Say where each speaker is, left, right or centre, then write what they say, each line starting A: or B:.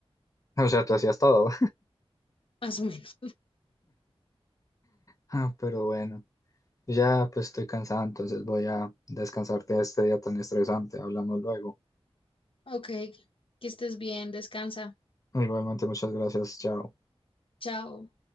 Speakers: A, on the left; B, on the left.
A: <laughs> o sea, tú hacías todo.
B: Más o menos.
A: Ah, pero bueno, ya pues estoy cansado, entonces voy a descansarte de este día tan estresante. Hablamos luego.
B: Ok, que estés bien, descansa.
A: Igualmente, muchas gracias. Chao.
B: Chao.